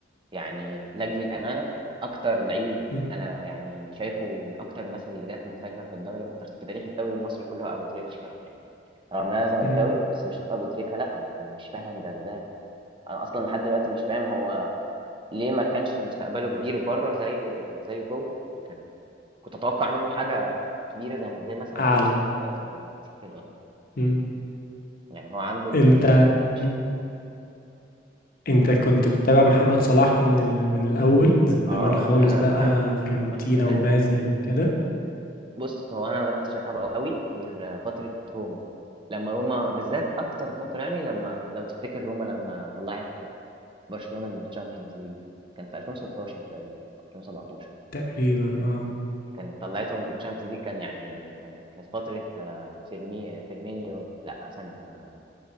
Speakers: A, on the right; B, on the left.
A: يعني لاجل الامانه اكتر لعيب
B: مم.
A: انا يعني شايفه من اكتر الناس اللي جت محترفه في الدوري في تاريخ الدوري المصري كله هو ابو تريكه بصراحه يعني رغم ان انا زملكاوي
B: مم.
A: بس بشوف ابو تريكه لا انا مش فاهم ده ازاي انا اصلا لحد دلوقتي مش فاهم هو ليه ما كانش مستقبله كبير بره زي زي جوه يعني كان كنت اتوقع منه حاجه كبيره زي زي مثلا
B: اعلى
A: محمد صلاح دلوقتي ما عندوش كده آه.
B: مم.
A: يعني هو عنده البوتنشال
B: انت مم. انت كنت بتتابع محمد صلاح من ال... من الاول
A: اه
B: زمان خالص
A: آه، لا ده انا
B: بقى
A: بتابع
B: فيورنتينا
A: محمد صلاح من زمان
B: وبازل وكده
A: بص هو انا ما بداتش اتابعه قوي غير فتره روما لما روما بالذات اكتر فتره يعني لما لو تفتكر روما لما طلعت برشلونه من الشامبيونز ليج كان في 2016 تقريبا او 2017
B: تقريبا اه
A: كانت طلعته من الشامبيونز ليج كان يعني كان كانت فترة آه، فيرمي آه، فيرمينيو لا ثانية آه،